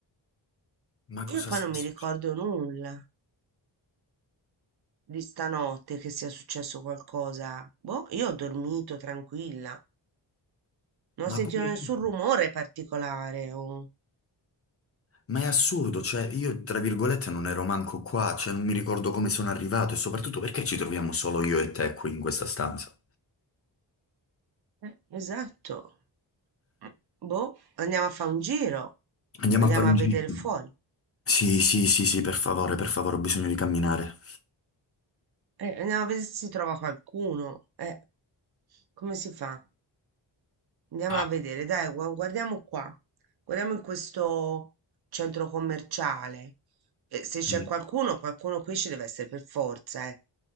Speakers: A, on the left; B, on the right.
A: Ma cosa
B: io poi
A: sta
B: non mi
A: succedendo?
B: ricordo nulla di stanotte che sia successo qualcosa. Boh, io ho dormito tranquilla, non ho
A: Ma
B: sentito
A: pure
B: nessun
A: io.
B: rumore particolare. o-
A: Ma è assurdo, cioè io tra virgolette non ero manco qua, cioè non mi ricordo come sono arrivato e soprattutto perché ci troviamo solo io e te qui in questa stanza.
B: eh, esatto. Eh, Boh, andiamo a fare un giro,
A: Andiamo
B: andiamo
A: a fare un
B: a vedere
A: giro.
B: fuori,
A: Sì, sì, sì, sì, per favore, per favore, ho bisogno di camminare.
B: eh, andiamo a vedere se si trova qualcuno. Eh, come si fa? Andiamo
A: Ah,
B: a vedere, dai, gu- guardiamo qua, guardiamo in questo centro commerciale. Eh, se c'è
A: sì.
B: qualcuno, qualcuno qui ci deve essere per forza, eh.